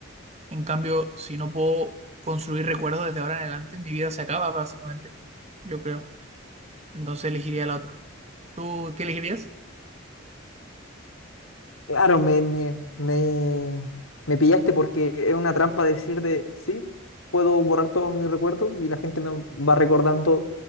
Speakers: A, on the right (about 30°); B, on the left (about 85°).
A: En cambio, si no puedo construir recuerdos desde ahora en adelante, mi vida se acaba básicamente, yo creo. Entonces elegiría la otra. ¿Tú qué elegirías?
B: Claro, me, me, me, me pillaste porque es una trampa decir de, sí, puedo borrar todos mis recuerdos y la gente me va recordando